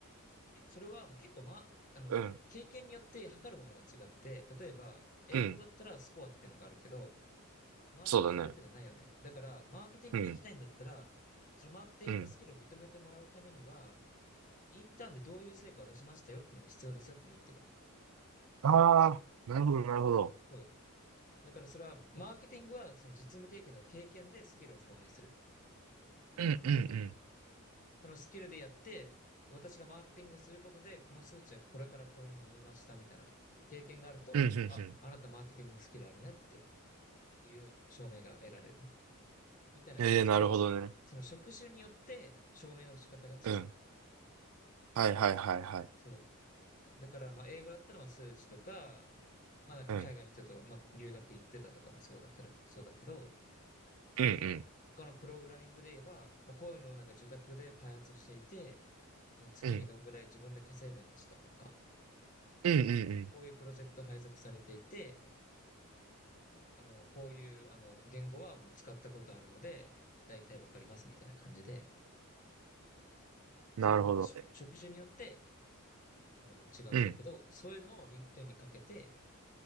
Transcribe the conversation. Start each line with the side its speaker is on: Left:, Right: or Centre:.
Left: え、それはもう結構ま、あの、
Right: うん、
Left: 経験によって測るものが違って、例えば、英語だったらスコアっていうのがあるけど、
Right: うん、
Left: マーケティングっていうのはないよね。
Right: そうだね。
Left: だから、マーケティングに行きたいんだったら、
Right: うん、
Left: そのマーケティングのスキルを認めてもらうためには、
Right: うん。
Left: インターンでどういう成果を出しましたよっていうのが必要ですよって言ってる。
Right: ああ、なるほど、なるほど。
Left: そう。だからそれは、マーケティングはその実務経験の経験でスキルを証明する。
Right: うん、うん、うん、
Left: そのスキルでやって、私がマーケティングをすることで、この数値はこれからこれに伸びましたみたいな経験があると、
Right: うん、うん、うん。
Left: あ、あなたマーケティングのスキルあるねっていう証明が得られる。みたいな感じで、
Right: ええー、なるほどね。
Left: その職種によって証明の仕方が違う。
Right: うん。はいはいはいはい。
Left: そう。だから、まあ、英語だったらまあ数値とか、まあなんか海外の人とまあ留学行ってたとかもそうだから、
Right: うん。
Left: そうだけど、
Right: うんう
Left: まあ他のプログラミングで言えば、まあ、こういうのをなんか受託で開発していて、あの月にどんぐらい自分で稼いでましたとか、
Right: ん。うん。うんうんう
Left: こういうプロジェクト配属されていて、あの、こういう、あの、言語はもう使ったことあるので、だいたいわかりますみたいな感じで、そういうなんか職職種によって、
Right: ん。なるほど。
Left: あの、違うんだけど、
Right: うん。
Left: そういうのを LinkedIn にかけて、